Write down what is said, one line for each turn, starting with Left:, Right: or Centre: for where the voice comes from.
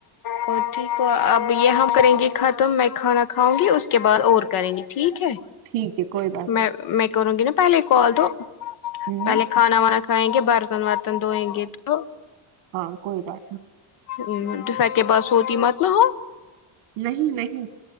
Left: ج <inaudible> اور ٹھیک ہو اب یہاں کریں گی ختم میں کھانا کھاؤں گی اس کے بعد اور کریں گے ٹھیک ہے
Right: ٹھیک ہے کوئی بات
Left: میں میں کروں گی نا پہلے کال دو
Right: نہیں ہوں
Left: پہلے کھانا وانا کھائیں گے برتن ورتن دھوئیں گے تو
Right: ہاں کوئی بات نہیں
Left: ہوں دوپہر کے بعد سوتی مت نہ ہو
Right: نہیں نہیں